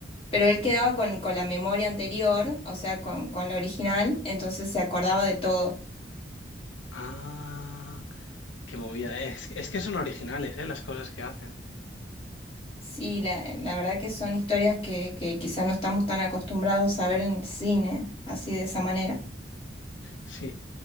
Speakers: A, on the left (about 30°); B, on the left (about 80°).
A: pero él quedaba con, con la memoria anterior, o sea, con, con la original, entonces se acordaba de todo.
B: Ah, qué movida. Es, es que son originales, ¿eh? Las cosas que hacen.
A: Sí, la, la verdad que son historias que, que quizás no estamos tan acostumbrados a ver en el cine, así de esa manera.
B: Sí.